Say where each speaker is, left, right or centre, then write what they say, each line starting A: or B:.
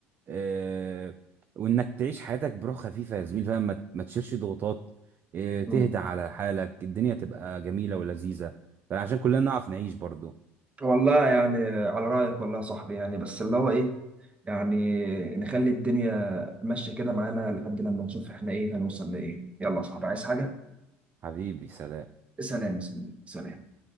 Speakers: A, on the right; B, on the right.
A: اه وانك تعيش حياتك بروح خفيفه يا زميلي فاهم ما, ما تشيلش ضغوطات اه تهدى
B: مم.
A: على حالك الدنيا تبقى جميله ولذيذه عشان كلنا نعرف نعيش برضو
B: والله يعني على رأيك والله يا صاحبي يعني بس اللي هو ايه يعني نخلي الدنيا ماشية كده معانا لحد لما نشوف احنا ايه هنوصل لايه يلا يا صاحبي عايز حاجة
A: حبيبي سلام
B: سلام يا صاحبي سلام